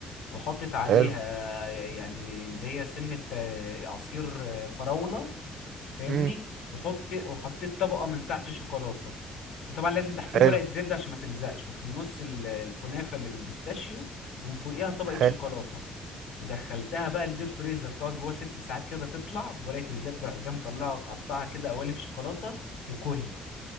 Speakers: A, on the left; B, on the right.
A: وحطت عليها
B: حلو
A: يعني اللي هي سنه آه، عصير آه، فراوله فاهمني
B: امم
A: وحط وحطيت طبقه من تحت شوكولاته وطبعا لازم تحتيهم
B: حلو
A: ورقه زبده عشان ما تلزقش وفي النص ال- الكنافه اللي بالبيستاشيو ومن فوقيها طبقه
B: حلو
A: شوكولاته ودخلتها بقى الدير فريزر تقعد جوه ست ساعات كده تطلع بورقه الزبده رحت جاي مطلعها وتقطعها كده قوالب شوكولاته وكل